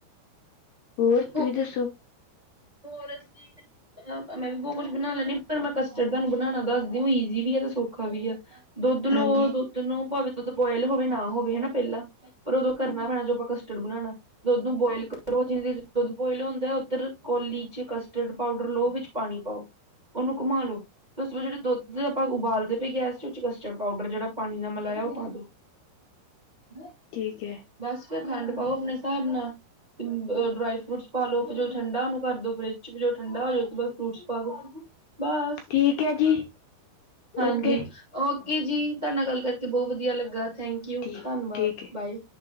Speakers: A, on the left; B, on the right.
A: ਹੋਰ
B: ਹੋ
A: ਤੁਸੀਂ ਦੱਸੋ?
B: ਹੋਰ, ਅਸੀਂ <unintelligible> ਮੈਂ ਵੀ ਬਹੁਤ ਕੁਛ ਬਨਾ ਲੈੰਨੀ ਆ, ਪਰ ਮੈਂ ਕਸਟਰਡ ਤੁਹਾਨੂੰ ਬਣਾਉਣਾ ਦੱਸਦੀ ਉਹ ਈਜ਼ੀ ਵੀ ਆ, ਤੇ ਸੌਖਾ ਵੀ ਆ। ਦੁੱਧ ਲਓ,
A: ਹਾਂਜੀ
B: ਦੁੱਧ ਨੂੰ ਭਾਵੇਂ ਦੁੱਧ ਬੋਆਇਲ ਹੋਵੇ, ਨਾ ਹੋਵੇ, ਹੈਨਾ ਪਹਿਲਾਂ, ਪਰ ਉਦੋਂ ਕਰਨਾ ਪੈਣਾ, ਜਦੋਂ ਆਪਾਂ ਕਸਟਰਡ ਬਣਾਉਣਾ। ਦੁੱਧ ਨੂੰ ਬੋਆਇਲ ਕਰੋ, ਜਿਨੀ ਦੇਰ ਚ ਦੁੱਧ ਬੋਆਇਲ ਹੁੰਦਾ ਹੈ, ਉੱਧਰ ਕੌਲੀ ਚ ਕਸਟਰਡ ਪਾਊਡਰ ਲਉ, ਵਿੱਚ ਪਾਣੀ ਪਾਓ, ਉਹਨੂੰ ਘੁੰਮਾ ਲਉ। ਤੇ ਉਸ ਵਿਚ, ਜੋ ਦੁੱਧ ਆਪਾਂ ਉਬਾਲਦੇ ਪਏ ਗੈਸ ਚ, ਕਸਟਰਡ ਪਾਊਡਰ ਜਿਹੜਾ ਪਾਣੀ ਨਾਲ ਮਿਲਾਇਆ ਉਹ ਪਾ ਦੋ। ਹੈ।
A: ਠੀਕ ਹੈ।
B: ਬਸ ਫਿਰ ਖੰਡ ਪਾਓ, ਆਪਣੇ ਹਿਸਾਬ ਨਾਲ। ਡਰਾਈ ਫਰੂਟਸ ਪਾ ਲਓ, ਫਿਰ ਜੋ ਠੰਡਾ ਉਹਨੂੰ ਕਰ ਦੋ ਫਰਿੱਜ ਚ ਠੰਡਾ ਹੋ ਜੇ ਤੇ ਬਸ, ਫਰੂਟਸ ਪਾ ਦੋ, ਬਸ,
A: ਠੀਕ ਹੈ ਜੀ
B: ਹਾਂਜੀ।
A: ਓਕੇ
B: ਓਕੇ ਜੀ! ਤੁਹਾਡੇ ਨਾਲ ਗੱਲ ਕਰਕੇ ਬਹੁਤ ਵਧੀਆ ਲੱਗਾ, ਥੈਂਕ ਯੂ,
A: ਠੀਕ
B: ਧੰਨਵਾਦ,
A: ਠੀਕ ਹੈ
B: ਬਾਏ।